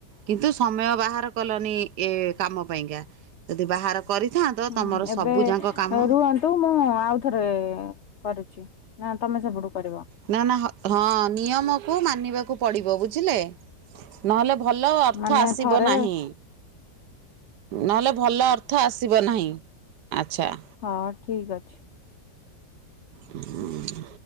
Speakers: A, on the right; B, on the left.
A: କିନ୍ତୁ ସମୟ ବାହାର କଲନି ଏ କାମ ପାଇଁକା। ଯଦି ବାହାର କରିଥାନ୍ତ
B: ହୁଁ
A: ତମର
B: ଏବେ
A: ସବୁ ଯାକ କାମ
B: ରୁହନ୍ତୁ ମୁଁ ଆଉଥରେ କରୁଛି ନା ତମେ ସେପଟୁ କରିବ?
A: ନା ନା ହଁ ନିୟମକୁ ମାନିବାକୁ ପଡ଼ିବ ବୁଝିଲେ। ନହେଲେ ଭଲ ଅର୍ଥ
B: ମାନେ
A: ଆସିବ
B: ଥରେ
A: ନାହିଁ। ନହେଲେ ଭଲ ଅର୍ଥ ଆସିବ ନାହିଁ। ଆଚ୍ଛା
B: ହଁ ଠିକ ଅଛି।
A: ଉଁ।